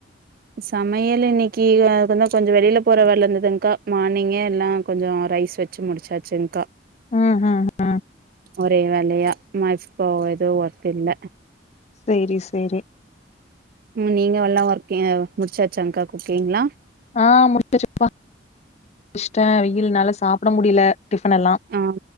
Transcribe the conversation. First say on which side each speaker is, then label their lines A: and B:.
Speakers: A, on the right; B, on the left.
A: சமையல் இன்னைக்கி அது வ கொஞ்சம் வெளியல போற வேல இருந்ததுங்கா மார்னிங்கே எல்லாம் கொஞ்சம் ரைஸ் வச்சு முடிச்சாச்சுங்
B: ம் ம் ம்
A: ஒரே வேலயா ம இப்போ இது ஒர்த் இல்ல
B: சேரி சேரி
A: உம் நீங்க எல்லாம் ஒர்க முடிச்சாச்சாங்க்கா குக்கிங்களா
B: ஆ முடிச்சிட்டேப்பா ஷன் வெயில் நால சாப்பட முடியல டிஃபன் எல்லா
A: ஆமா